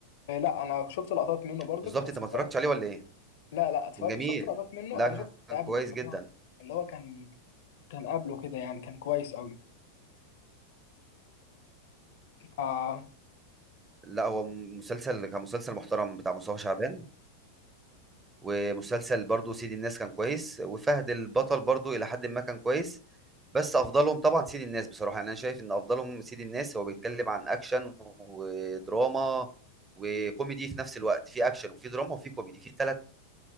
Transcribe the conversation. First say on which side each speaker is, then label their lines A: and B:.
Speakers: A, on the left (about 55°); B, on the right (about 15°).
A: آه، لا انا شفت لقطات منه برضو
B: بالظبط
A: بس
B: انت ما
A: اتفرجت
B: اتفرجتش عليه ولا ايه
A: لا لا اتفرجت
B: كان جميل
A: شفت لقطات منه
B: لا
A: انا شفت
B: كان
A: اللي
B: كويس
A: قبله اللي
B: جدا
A: هو اللي هو كان كان قبله كده يعني كان كويس قوي آه
B: لا هو مسلسل كان مسلسل محترم بتاع مصطفى شعبان ومسلسل برضو سيد الناس كان كويس وفهد البطل برضو إلى حد ما كان كويس بس أفضلهم طبعا سيد الناس بصراحة يعني أنا شايف إن أفضلهم سيد الناس هو بيتكلم عن أكشن ودراما وكوميدي في نفس الوقت في أكشن وفي دراما وفي كوميدي في ثلاث